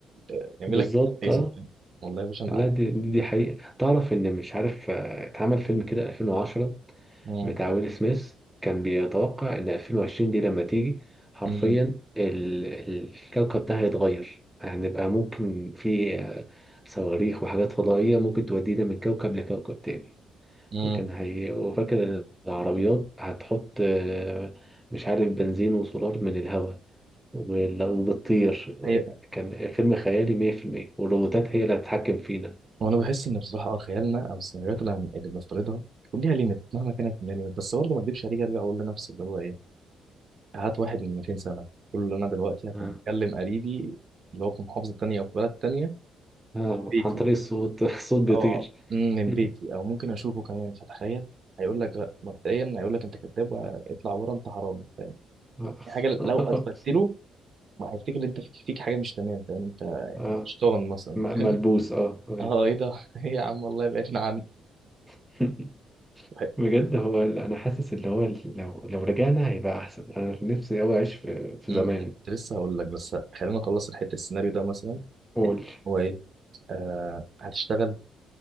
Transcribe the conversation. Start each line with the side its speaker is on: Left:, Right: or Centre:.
Right: آه، يعمل
Centre: بالظبط
Right: لك اللي أنت عايزه
Centre: اه
Right: فاهم؟ والله يا باشا أنا
Centre: لا دي دي دي حقيقة تعرف ان مش عارف آه، اتعمل فيلم كده 2010
Right: مم،
Centre: بتاع ويل سميث كان بيتوقع إن 2020 دي لما تيجي حرفيا
Right: مم،
Centre: ال- ال- الكوكب ده هيتغير هنبقى ممكن في آه، صواريخ وحاجات فضائية ممكن تودينا من كوكب لكوكب تاني
Right: مم.
Centre: وكان هي وفاكر إن العربيات هتحط آه، مش عارف بنزين وسولار من الهواء ولو بتطير
Right: هي
Centre: كان فيلم خيالي 100% والروبوتات هي اللي هتتحكم فينا
Right: وانا بحس ان بصراحه اه خيالنا او السيناريوهات اللي هن- اللي بنفترضها بيكون ليها ليميت مهما كانت من ليميت بس برضه ما اكدبش عليك ارجع اقول لنفسي اللي هو ايه هات واحد من 200 سنه قول له انا دلوقتي هكون
Centre: آه.
Right: بكلم قريبي اللي هو في محافظه تانية او في بلد تانية
Centre: آه،
Right: بيتي
Centre: عن طريق الصوت <laughs> الصوت بيطير
Right: اه مم، من
Centre: <laughs>
Right: بيتي او ممكن اشوفه كمان فتخيل هيقول لك لا مبدئيا هيقول لك انت كذاب واطلع بره انت حرامي فاهم
Centre: آه.
Right: دي حاجه
Centre: <laughs>
Right: لو اثبتت له ما هيفتكر ان انت فيك فيك حاجه مش تمام فاهم انت
Centre: اه
Right: أنت شيطان مثلا
Centre: م-
Right: فاهم
Centre: ملبوس اه
Right: <laughs>
Centre: أوكي.
Right: اه ايه ده <laughs> ايه يا عم والله بعدنا
Centre: <laughs>
Right: عنك
Centre: بجد هو ال- انا حاسس اللي هو ال- لو لو رجعنا هيبقى احسن انا نفسي اوي اعيش في في
Right: امم
Centre: زمان
Right: أنا كنت لسه هقول لك بس خلينا نخلص الحته السيناريو ده مثلا
Centre: قول
Right: حتة- هو ايه آه هتشتغل